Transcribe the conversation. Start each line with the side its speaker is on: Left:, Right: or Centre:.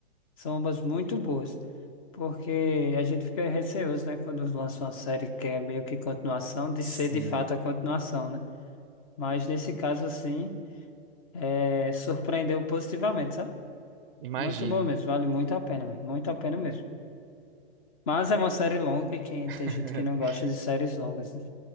Left: São ambas muito boas, porque a gente fica receoso, né, quando lança uma série que é meio que continuação, de
Right: Sim.
Left: ser de fato a continuação, né? Mas nesse caso, assim, é, surpreendeu positivamente, sabe?
Right: Imagino.
Left: Muito bom mesmo, vale muito a pena, velho, muito a pena mesmo. Mas é uma série longa e quem,
Right: <laughs>
Left: tem gente que não gosta de séries longas. né?